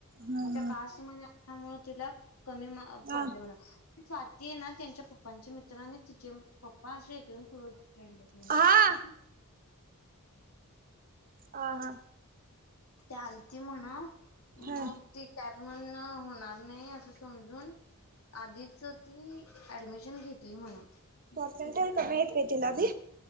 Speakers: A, on the right (about 40°); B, on the left (about 80°).
A: हा.
B: मग त्या काश म्हणजे त्यामुळेळ तिला कमी
A: हा
B: पडले होणा स्वाती आहे ना त्यांच्या पप्पांचे मित्र आणि तिचे पप्पा असे एकदम क्लोज फ्रेंड आहेत म्ह
A: हा. हा हा
B: ते आलती म्हण
A: हा
B: मग ती कॅप म्हण होणार नाही असं समजून आधीच ती ऍडमिशन घेतली म्हण
A: पर्सेंटल
B: ती बोला
A: कमी आहेत काय तिलाबी